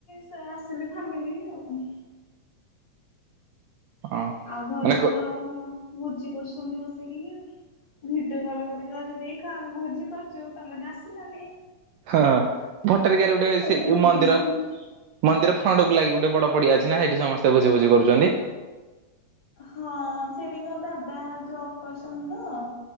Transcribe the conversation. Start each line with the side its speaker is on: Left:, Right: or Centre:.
Left: ସେ ଆସିଲେ ଫାମିଲି ଆଉ।
Right: ଓ
Left: ଆଉ ଘରେ
Right: ମାନେ କ
Left: ତ ବ ଭ ଭୋଜି କରୁଛନ୍ତି ବସିକି ଆଉ। ଭିଡିଓ କଲ କରିକି କହୁଚି ଦେଖ ଆମେ ଭୋଜି କରୁଚୁ ତମେ ତ ଆସିଲନି।
Right: ହଁ ଭଟ୍ଟାରିକାରେ ଗୋଟେ
Left: ମତେ
Right: ସେ
Left: ଲଗଉଛନ୍ତି
Right: ମନ୍ଦିର ମନ୍ଦିର ଫ୍ରଣ୍ଡକୁ ଲାଗି ଗୋଟେ ବଡ ପଡିଆ ଅଛି ନା ସେଠି ସମସ୍ତେ ଭୋଜି ଫୋଜି କରୁଚନ୍ତି।
Left: ହଁ ସେଠି ମୋ ଦାଦା ଜବ୍ କରିଛନ୍ତି ତ।